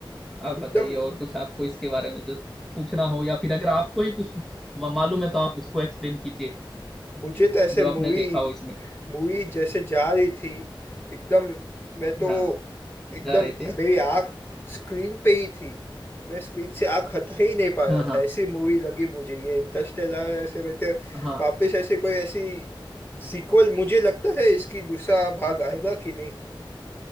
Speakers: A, in the centre; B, on the left.
A: आप
B: एकदम
A: बताइए और कुछ आपको इसके बारे में जो पूछना हो या फिर अगर आपको ही कुछ म- मालूम है तो आप उसको एक्सप्लेन कीजिए
B: मुझे तो ऐसे
A: जो
B: मूवी
A: आपने देखा हो इसमें
B: मूवी जैसे जा रही थी एकदम मैं तो
A: हाँ
B: एकदम
A: जा रहे थे
B: मेरी आंख स्क्रीन पे ही थी मैं स्क्रीन से आंख हटा ही नहीं पा रहा
A: हाँ हाँ
B: था ऐसी मूवी लगी मुझे ये इंटरस्टेलर ऐसे मैं तो
A: हाँ
B: वापस ऐसे कोई ऐसी सीक्वल मुझे लगता है इसकी दूसरा भाग आएगा कि नहीं